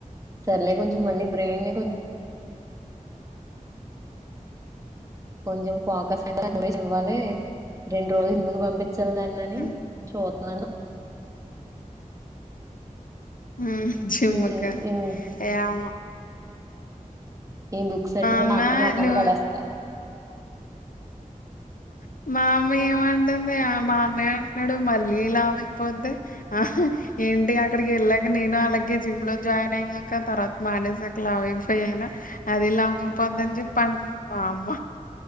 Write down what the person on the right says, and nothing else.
సరేలే కొంచెం మళ్ళీ బ్రెయిన్ని కొంచం కొంచెం ఫోకస్ అన్నప్పుడేసి ఇవ్వాలి రెండు రోజులు మిగు పంపి చ్చన్ దన్నన్ని
చూతున్నాను
హ్మ్
ఈ బుక్స్ అట్టుకెళ్ళి
అక్క మోకాన్ని
పడేస్తా